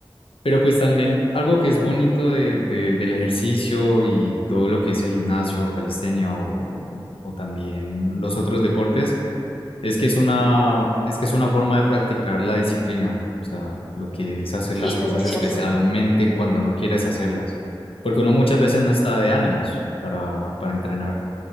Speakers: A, on the left; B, in the centre.
A: pero pues también algo que es bonito de, de- del ejercicio y todo lo que es el gimnasio, calistenia o, o también los otros deportes es que es una, es que es una forma de practicar la disciplina, o sea, lo que es hacer
B: Sí,
A: las
B: eso
A: cosas
B: es muy
A: especialmente
B: cierto.
A: cuando no quieres hacerlas, porque uno muchas veces no está de ánimos para, para entrenar,